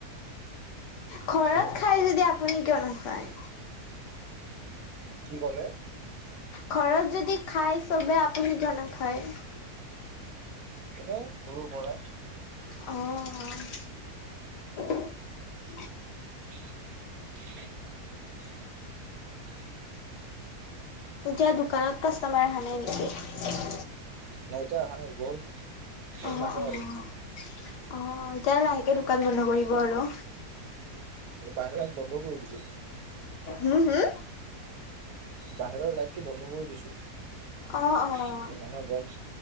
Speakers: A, on the left; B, on the right.
A: খাই আপুনি যদি আপুনি কিয় নাখায়?
B: কি ক'লে?
A: ঘৰত যদি খায় চবে আপুনি কিয় নাখায়?
B: এনেই সৰু পৰা।
A: অঁ। <unintelligible>
B: <unintelligible>
A: এতিয়া দোকানত কাষ্টমাৰ আহা নাই নেকি?
B: নাই এতিয়া অহা নাই, গ'ল। আৰু
A: অ-
B: নাহে
A: অ-
B: আৰু
A: অ, এতিয়া লাহেকে দোকান বন্ধ কৰিব আৰু।
B: বাইদেউহেত বন্ধ কৰি দিছে।
A: উম, হুম?
B: বাহিৰৰ লাইটটো বন্ধ কৰি দিছোঁ। এ
A: অ', অ',
B: মানুহে গম-